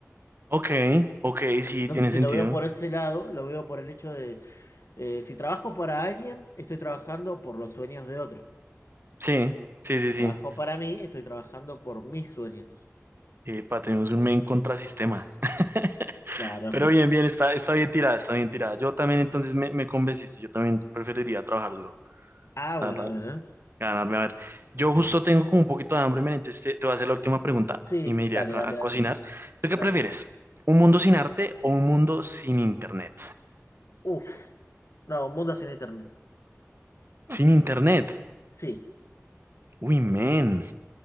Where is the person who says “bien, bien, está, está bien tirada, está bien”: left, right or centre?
Right